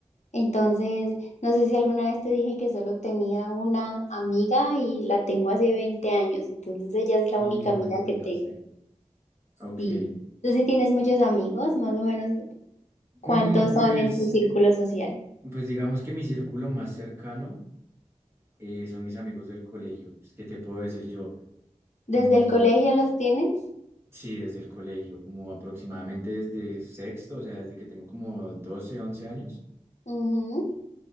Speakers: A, on the left; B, on the right.
A: entonces no sé si alguna vez te dije que solo tenía una amiga y la tengo hace 20 años, entonces ella es la
B: Y
A: única
B: tú
A: amiga
B: me comentaste.
A: que tengo.
B: Ok.
A: Sí. ¿Tú sí tienes muchos amigos? Más o menos, ¿cuántos
B: Mm, pues...
A: son en tu círculo social?
B: Pues digamos que mi círculo más cercano eh, son mis amigos del colegio. Pues, ¿qué te puedo decir yo?
A: ¿Desde
B: Mm,
A: el colegio los tienes?
B: sí, desde el colegio, como aproximadamente desde sexto, o sea, desde que tengo como 12 11 años,
A: Ujú,